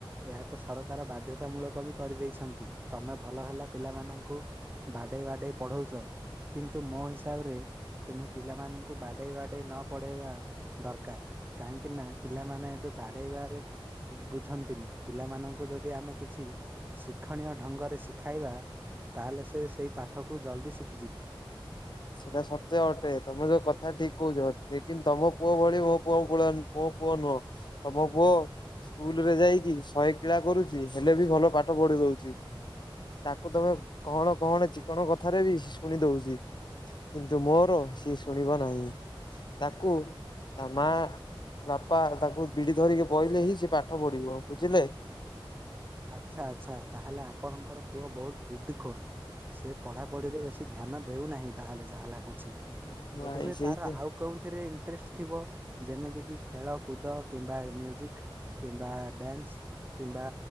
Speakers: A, on the right; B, on the left.
A: ଏହା ତ ସରକାର ବାଧ୍ୟତା ମୂଳକ ବି କରିଦେଇଛନ୍ତି ତମେ ଭଲ ହେଲା ପିଲାମାନଙ୍କୁ ବାଡ଼େଇ ବାଡ଼େଇ ପଢ଼ଉଛ। କିନ୍ତୁ ମୋ ହିସାବରେ ତୁମେ ପିଲାମାନଙ୍କୁ ବାଡ଼େଇ ବାଡ଼େଇ ନ ପଢ଼େଇବା ଦରକାର। କାହିଁକି ନା ପିଲାମାନେ ଏବେ ବାଡ଼େଇବାରେ ବୁଝନ୍ତିନି ପିଲାମାନଙ୍କୁ ଯଦି ଆମେ କିଛି ଶିକ୍ଷଣୀୟ ଢ଼ଙ୍ଗରେ ଶିଖାଇବା। ତାହେଲେ ସେ ସେଇ ପାଠକୁ ଜଲ୍ଦି ଶିଖିଯିବେ।
B: ସେଇଟା ସତେ ଅଟେ ତମେ ଯୋଉ କଥା ଠିକ କହୁଛ ଲେକିନ ତମ ପୁଅ ଭଳି ମୋ ପୁଅକୁ ପଳନି ମୋ ପୁଅ ପୁଅ ନୁହଁ ତମ ପୁଅ ସ୍କୁଲ ରେ ଯାଇକି ଶହେ କିଳା କରୁଛି ହେଲେ ବି ଭଲ ପାଠ ପଢ଼ି ଦଉଛି। ତାକୁ ତମେ କଣ କଣ ଚିକଣ କଥାରେ ବି ଶୁଣି ଦଉଛି। କିନ୍ତୁ ମୋର ସିଏ ଶୁଣିବ ନାହିଁ ତାକୁ ତା ମା ବାପା ତାଙ୍କୁ ବିଡ଼ି ଧରିକି ବହିଲେ ହିଁ ସେ ପାଠ ପଢ଼ିବ ବୁଝିଲେ।
A: ଆଚ୍ଛା ଆଚ୍ଛା ତାହେଲେ ଆପଣଙ୍କର ପୁଅ ବହୁତ ଜିଦ୍ଖୋର ସେ ପଢ଼ାପଢ଼ିରେ ବେଶୀ ଧ୍ୟାନ ଦେଉନାହିଁ ତାହେଲେ ଯାହା ଲାଗୁ ଛି
B: ନାଇଁ
A: ବୋଧହୁଏ
B: ସେଇତ
A: ତାର ଆଉ କେଉଁଥିରେ ଇଣ୍ଟରେଷ୍ଟ ଥିବ ଯେମିତି କିି ଖେଳ କୁଦ। କିମ୍ବା ମ୍ୟୁଜିକ କିମ୍ବା ଡ୍ୟାନ୍ସ କିମ୍ବା